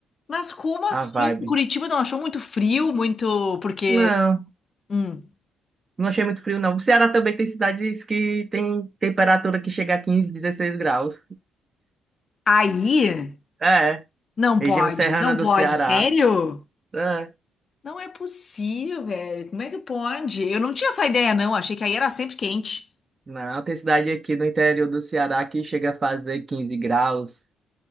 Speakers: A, on the left; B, on the right.
A: Mas como
B: a
A: assim?
B: vibe.
A: Curitiba não achou muito frio, muito. Porque.
B: Não,
A: Hum,
B: não achei muito frio, não. O Ceará também tem cidades que tem temperatura que chega a 15, 16 graus.
A: aí?
B: É,
A: Não
B: região
A: pode,
B: serrana
A: não
B: do
A: pode,
B: Ceará.
A: sério?
B: É.
A: Não é possível, velho. Como é que pode? Eu não tinha essa ideia, não. Achei que aí era sempre quente.
B: Não, tem cidade aqui no interior do Ceará que chega a fazer 15 graus